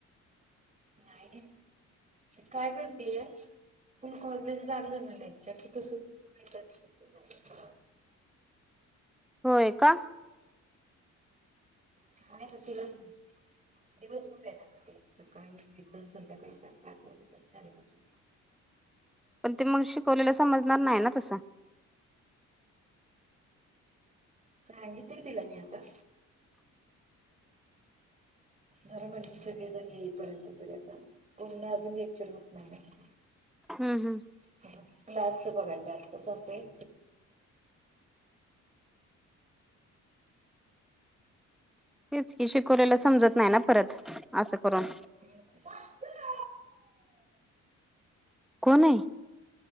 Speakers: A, on the right; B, in the centre.
A: नाही काय करतेय फुल कॉलेज लागलं ना त्याच्या क तस मिळतात
B: होय का
A: काय तर तल त दिवसभर आहे ना का ते सकाळी दन संध्याकाळी पाच वाजेप साडेपाच वाज
B: पण ते मग शिकवलेलं समजणार नाही ना तसं
A: सांगितलं तला मी आता र म्हणजे सगळेजण येईपर्यंत तरी आता पण अजून लेक्चर होत नाही नाही
B: हम् हम्
A: स्च बघायचं आच असं
B: तेच कि शिकवलेला समजत नाही ना परत असं करून
A: <inaudible>
B: कोण आहे